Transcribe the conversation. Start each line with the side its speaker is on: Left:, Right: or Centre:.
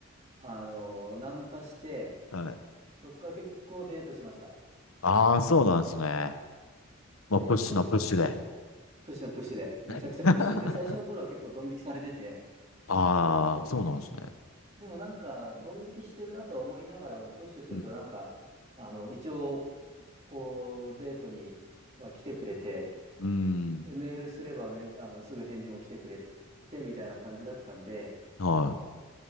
Right: あのーナンパして、
Left: <laughs> はい。
Right: そっから結構デートしました。
Left: ああ、そうなんですね。まあ、
Right: で、
Left: プッシュのプッシュで。
Right: でもその、プッシュのプッシュで、めちゃくちゃプッシュで、
Left: <laughs>
Right: 最初の頃は結構ドン引きされてて、
Left: ああ、そうなんですね。
Right: でもなんか、ドン引きしてるなとは思いながらも、プッシュするとなんか、
Left: うん。
Right: あの、一応、こう、デートには来てくれて、
Left: うーん。
Right: でメールすればメ、あの、すぐ返事も来てくれて、みたいな感じだったんで、
Left: はい。